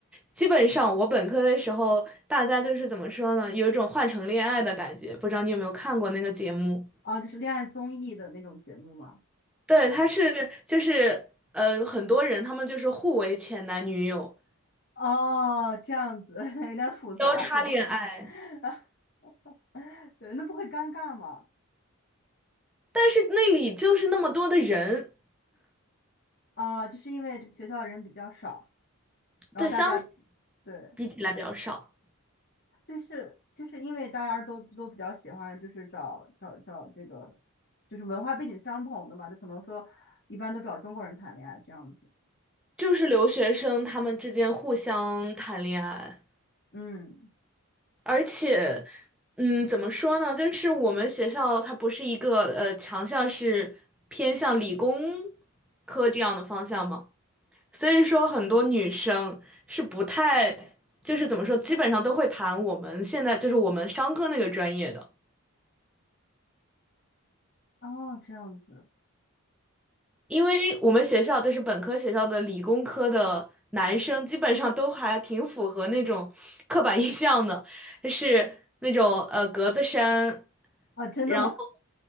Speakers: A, in the centre; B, on the left.
A: 基本上我本科的时候，大家就是怎么说呢，有一种换乘恋爱的感觉，不知道你有没有看过那个节目？
B: 哦，就是恋爱综艺的那种节目吗？
A: 对，他是就是呃，很多人他们就是互为前男女友，
B: 哦，这样子 <laughs> 有点复杂是吧？
A: 交叉恋爱。
B: <laughs> 对，那不会尴尬吗？
A: 但是那里就是那么多的人，
B: 啊，就是因为这个学校人比较少，然后大家
A: 对，相
B: 对。
A: 比起来比较少，
B: 就是就是因为大家都都比较喜欢，就是找找找这个，就是文化背景相同的嘛，就可能说一般都找中国人谈恋爱这样子。
A: 就是留学生他们之间互相谈恋爱，
B: 嗯，
A: 而且，嗯，怎么说呢？就是我们学校它不是一个呃强项是偏向理工科这样的方向嘛，所以说很多女生是不太，就是怎么说，基本上都会谈我们现在就是我们商科那个专业的。
B: 哦，这样子
A: 因为我们学校就是本科学校的理工科的男生，基本上都还挺符合那种刻板印象的，就是那种呃格子衫，
B: 啊，真的吗？
A: 然后